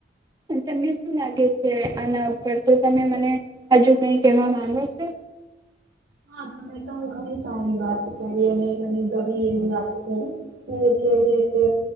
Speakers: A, on the right (about 20°); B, on the right (about 70°).
A: તમને શું લાગે છે આના ઉપર તો તમે મને હજુ કઈ કહેવા માંગો છો?
B: હા તમે તો ઘણી સારી વાત કરી અને મને ગમે એવી વાત કરી કે કે રતે